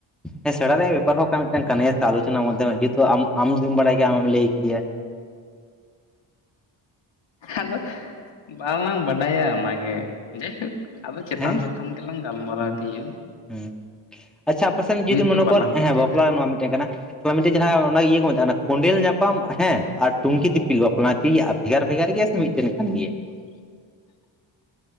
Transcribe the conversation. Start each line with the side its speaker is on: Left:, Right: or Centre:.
Centre: ᱦᱮᱸ ᱥᱮᱬᱟ ᱨᱮᱭᱟᱜ ᱵᱮᱯᱟᱨ ᱦᱚᱸ ᱠᱟᱱᱟ ᱢᱤᱫᱴᱟᱝ ᱠᱟᱱᱭᱟ ᱟᱞᱚᱪᱚᱱᱟ ᱢᱟᱫᱽᱫᱷ ᱡᱮᱦᱮᱛᱩ ᱟᱢᱟᱜ ᱟᱢ ᱡᱩᱫᱤᱢ ᱵᱟᱲᱟᱭ ᱠᱮᱭᱟ ᱟᱢᱮᱢ ᱞᱟᱹᱭ ᱠᱮᱭᱟ
Left: ᱟᱫᱚ ᱵᱟᱝᱞᱟᱝ ᱵᱟᱰᱟᱭᱟ ᱚᱱᱟᱜᱮ ᱡᱟᱭᱦᱳᱠ ᱟᱫᱚ ᱪᱮᱛᱟᱱ
Centre: ᱦᱮᱸ
Left: ᱪᱮᱛᱟᱱ ᱜᱮᱞᱟᱝ ᱜᱟᱞᱢᱟᱨᱟᱣ ᱤᱫᱤᱭᱼᱟ
Centre: ᱦᱩᱸ ᱟᱪᱪᱷᱟ ᱟᱯᱮ ᱥᱮᱱ ᱡᱩᱫᱤ ᱢᱚᱱᱮ
Left: ᱫᱚ ᱵᱟᱞᱟᱝ
Centre: ᱠᱚᱨ ᱦᱮᱸ
Left: ᱞᱟᱹᱭ
Centre: ᱵᱟᱯᱞᱟ
Left: ᱫᱟᱲᱮᱭᱟᱜ
Centre: ᱨᱮ ᱱᱚᱣᱟ ᱢᱤᱫᱴᱮᱱ ᱠᱟᱱᱟ ᱛᱚ ᱢᱤᱫᱴᱮᱱ ᱡᱟᱦᱟᱸ ᱚᱱᱟ ᱤᱭᱟᱹ ᱠᱚ ᱢᱮᱛᱟᱜ ᱠᱟᱱᱟ ᱠᱚᱸᱰᱮᱞ ᱧᱟᱯᱟᱢ ᱦᱮᱸ ᱟᱨ ᱴᱩᱝᱠᱤ ᱫᱤᱯᱤᱞ ᱵᱟᱯᱞᱟ ᱴᱷᱠᱜᱤᱭᱟ ᱵᱷᱮᱜᱟᱨᱼᱵᱷᱮᱜᱟᱨ ᱜᱮᱭᱟ ᱥᱮ ᱢᱤᱫᱴᱮᱱ ᱠᱟᱱ ᱜᱮᱭᱟ
Left: <unintelligible>